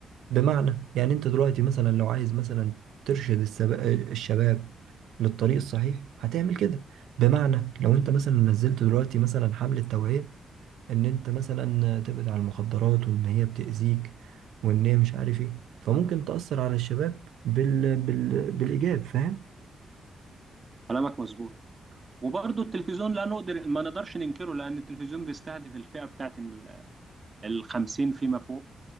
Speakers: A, on the right (about 85°); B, on the right (about 35°).
A: بمعنى يعني انت دلوقتي مثلا لو عايز مثلا ترشد السب... الشباب للطريق الصحيح هتعمل كده بمعنى لو انت مثلا نزلت دلوقتي مثلا حملة توعية ان انت مثلا تبعد عن المخدرات وان هي بتأذيك وان هي مش عارف ايه فممكن تأثر على الشباب بال... بال... بالإيجاب فاهم؟
B: كلامك مظبوط وبرضه التلفزيون لا نقدر ما نقدرش ننكره لان التلفزيون بيستهدف الفئه بتاعت الخمسين فيما فوق